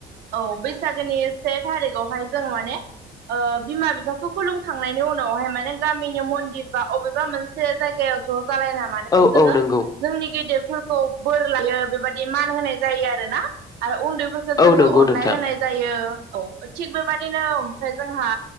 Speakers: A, on the right; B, on the left.
A: औ बैसागो गोनि से थारिखयावहाय जों माने ओ बिमा बिफाखौ खुलुमखांनायनि उनावहाय माने गामिनि मन्दिर बा अबेबा मोनसे जायगायाव ज' जालायना माने
B: औ
A: जोङो
B: औ नंगौ
A: जोंनि गेदेरफोरखौ बोर लायो बेबायदि मा न होनाय जायो आरो ना आरो उन्दैफोरखौ
B: औ
A: जोङो
B: नंगौ
A: अननाय
B: नोंथां
A: होनाय जायो । औ थिग बेबादिनो ओमफ्राय जोंहा